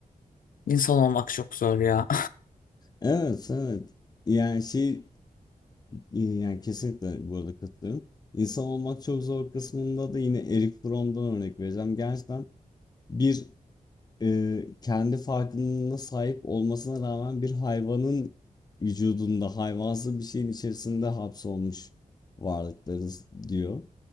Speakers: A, on the left; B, on the left.
A: İnsan olmak çok zor ya.
B: Evet, evet. Yani şey e, yani kesinlikle bu arada katılıyorum. İnsan olmak çok zor kısmında da yine Eric Fromm'dan örnek vereceğim. Gerçekten bir e, kendi farkındalığına sahip olmasına rağmen bir hayvanın vücudunda hayvansı bir şeyin içerisinde hapsolmuş varlıklarız diyor.